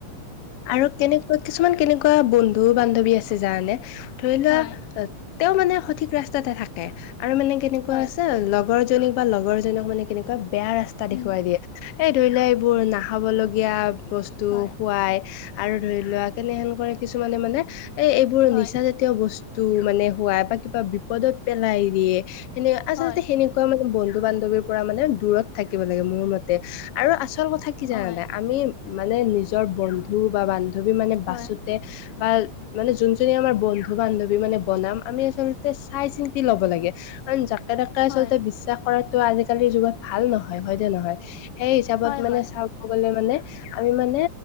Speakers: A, on the left; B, on the left.
A: আৰু কেনেকুৱা কিছুমান কেনেকুৱা বন্ধু বান্ধৱী আছে জানে নে? ধৰি লোৱা
B: হয়
A: তেওঁ মানে সঠিক ৰাস্তাতে থাকে আৰু মানে কেনেকুৱা
B: হয়
A: আছে লগৰ জনীক বা লগৰজনক মানে কেনেকুৱা বেয়া ৰাস্তা
B: উম
A: দেখুৱাই দিয়ে। সেই ধৰি লোৱা এইবোৰ, নাখাব লগীয়া বস্তু
B: হয়
A: খুৱায় আৰু ধৰি লোৱা কেনেহেন কৰে কিছুমানে মানে, এই এইবোৰ
B: হয়
A: নিচা জতি য় বস্তু মানে খুৱাই বা কিবা বিপদত পেলাই দিয়ে, সেনে আচলতে
B: হয়
A: সেনে নকুৱা মানে বন্ধু বান্ধৱীৰ পৰা মানে দূৰত থাকিব লাগে মোৰ মতে আৰু আচল কথা কি জানা
B: হয়
A: নাই? আমি মানে নিজৰ বন্ধু বা বান্ধৱী মানে
B: হয়
A: বাচোতে বা মানে যোনজনী আমাৰ বন্ধু-বান্ধৱী মানে বনাম, আমি আচলতে চাই চিন্তি লব লাগে৷ কাৰণ যাকে তাকে আচলতে
B: হয়
A: বিশ্বাস কৰাটো আজিকালিৰ যুগত ভাল নহয়। হয় নে নহয়? সেই হিচাপত
B: হয়
A: মানে
B: হয়
A: চাবলে গ'লে মানে আমি মানে